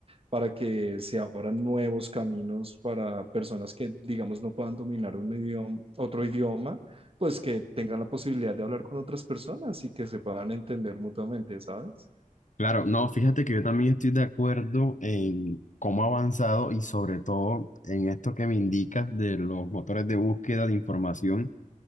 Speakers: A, on the right; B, on the left.
A: para que se abran nuevos caminos para personas que, digamos, no puedan dominar un idioma, otro idioma, pues que tengan la posibilidad de hablar con otras personas y que se puedan entender mutuamente, ¿sabes?
B: Claro, no, fíjate que yo también estoy de acuerdo en cómo ha avanzado y sobre todo en esto que me indicas de los motores de búsqueda de información